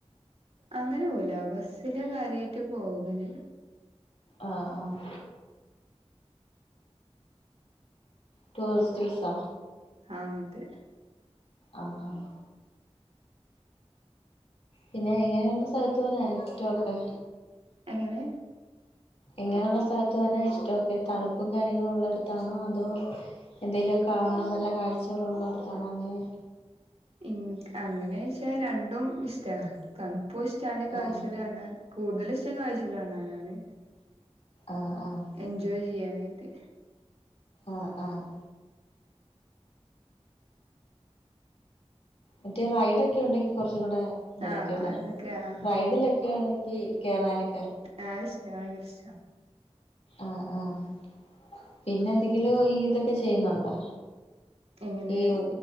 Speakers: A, on the right; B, on the left.
A: അങ്ങനെ പോവുല ബസ്സിലാ കാര്യായിട്ട് പോകല്
B: ആഹ് ആഹ് റ്റുറിസ്റ്റ് ബസ്സാ
A: ആഹ് അങ്ങൻത്തെ
B: ആഹ് ആഹ് പിന്നെ എങ്ങനെയള്ള സ്ഥലത്ത് പോവാനാ ഇഷ്ടവൊക്കെ
A: എങ്ങനെ
B: എങ്ങനെയുള്ള സ്ഥലത്ത് പോവാനാ ഇഷ്ടവൊക്കെ തണുപ്പും കാര്യങ്ങളും ഉള്ളടത്താണോ അതോ എന്തേലും കാണാൻ നല്ല കാഴ്ചകളള്ളിടത്താണോ അങ്ങനെ
A: ഇൻ അങ്ങനോയ്ച്ചാ രണ്ടും ഇഷ്ടാണ് തണുപ്പും ഇഷ്ടാണ് കാഴ്ചകൾ
B: ആഹ്
A: കാണാൻ കൂടുതൽ ഇഷ്ടം കാഴ്ചകൾ കാണാനാണ്
B: ആഹ് ആഹ്
A: എൻജോയ് ചെയ്യാനായിട്ട്
B: ആഹ് ആഹ്. മറ്റെ റൈഡ ഒക്കെ ഉണ്ടെങ്കി കൊർച്ചും കൂടെ തായിരിക്കും
A: ആഹ്
B: അല്ലേ,
A: അതൊക്കെ ആഹ്
B: റൈഡിലൊക്കെ ആണെങ്കി കേറാനൊക്കെ
A: ആഹ് ഇഷ്ട്ടാ ഭയങ്കര ഇഷ്ട്ടാ.
B: ആഹ് ആഹ് പിന്നെ എന്തെങ്കിലും ഈതൊക്കെ ചെയ്യുന്നുണ്ടോ?
A: എങ്ങനെ
B: ഈ യൊ